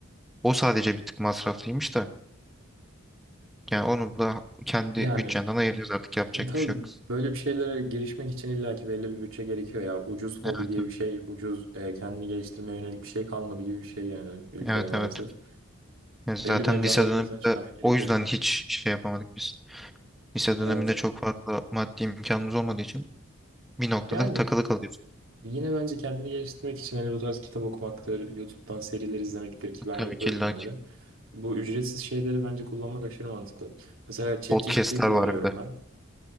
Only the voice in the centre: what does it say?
O sadece bir tık masraflıymış da. Yani onu da kendi
bütçenden ayıracağız artık yapacak
bir şey yok.
Evet
evet.
Evet
evet. Yani zaten
lise döneminde
o yüzden hiç şey yapamadık biz. Lise
döneminde çok fazla maddi imkanımız olmadığı için bir noktada
takılı kalıyorsun.
Tabii ki illa
ki.
Podcast'ler
var bir de.